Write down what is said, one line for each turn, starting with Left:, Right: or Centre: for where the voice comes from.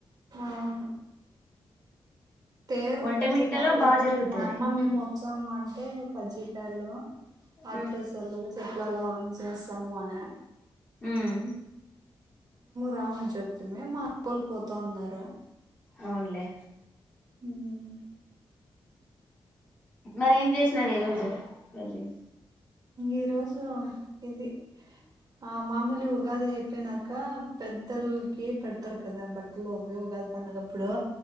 Right: ఆవును తేరు
Left: ఒంటె
Right: ఉంటుంది
Left: మిట్టలో
Right: బాగా చేస్తా
Left: జరుగుతది
Right: మా అమ్మ మేము వస్తాము అంటే కజ్జీకాయలు అత్రరసలు
Left: మ్మ్
Right: చెక్రాలు అవన్నీ చేస్తా స్తాము అన
Left: ఉమ్
Right: రామ్ అని చెప్తిమి మా అక్కాఒళ్ళు పోతం పోతున్నారు
Left: అవునులే
Right: ఉమ్
Left: మరీ ఏం చేసినారు ఈ రోజు కర్ర్రి
Right: ఈరోజు ఇది ఆ మామూలు ఉగాది అయిపోయినాక పెద్దల్కి పెడతర్ డా బట్టలు ఉగాది పండగ అప్పుడు